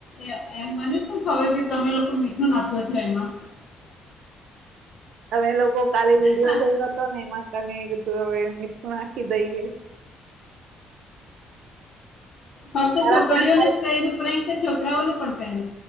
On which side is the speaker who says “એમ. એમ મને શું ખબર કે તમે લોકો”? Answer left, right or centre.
Left